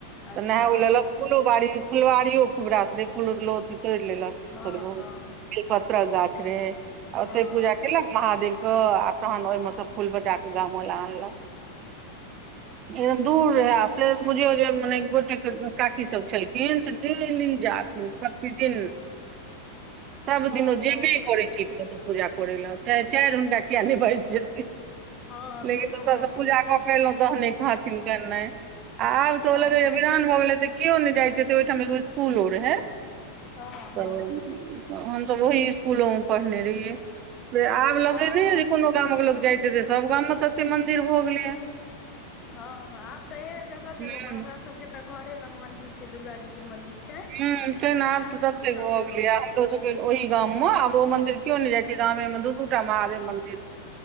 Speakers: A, on the left (about 30°); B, on the right (about 35°).
A: अच्छा
B: तऽ नहा लेलक फूलो बाड़ी फुलबाड़ियो खूब रास रहै फूलो तोड़ि लेलक
A: हँ
B: थोड़े बहुत
A: हँ
B: बेलपत्रक गाछ रे आ
A: हँ
B: ओते पूजा केलक महादेव आ तहन ओहिमे सब फूल बचा क गामो ला आनलक एकदम दूर रहै से बझियो जे मने गोटे काकी सब छलखिन से डेली जात प्रतिदिन सब
A: हँ
B: दिन सब जेबे
A: हँ
B: करै छै ओ पूजा प चार हुनका किया नहि बेज जेते
A: हँ हँ
B: लेकिन
A: से तऽ
B: ओतयसँ
A: भए
B: पूजा
A: जाइ छै
B: कऽ क के एलहुँ तहने खाथिन नाइ आब तऽ
A: हँ
B: ओ लगै
A: हँ
B: जे विरान भऽ गेलै तऽ केओ नहि जाइते ते ओहिठाम फूलो रहे है
A: हँ
B: तऽ हमस ओहि स्सकुलो मे पढ़ने रहियै आब लगे
A: हँ
B: ने यो कोनो गाम के लोकोग जायते ते सब गाम मे तऽ एते मंदिर भऽ गेलै है
A: हँ हँ आब तऽ ए जगह
B: हूँ
A: जगह पर हमरा सब के ते घरे लग मंदिर छै दुर्गा जी के मंदिर छै छै
B: हूँ तै ने
A: उएहा
B: आब तऽ
A: मे
B: ततेक
A: हमसभ
B: भऽ
A: गेलहुॅं
B: गेलैया हमरो ओहि गाम मे आब ओ मंदिर केयो ने जाय छै गामे मे दू महादेव मंदिर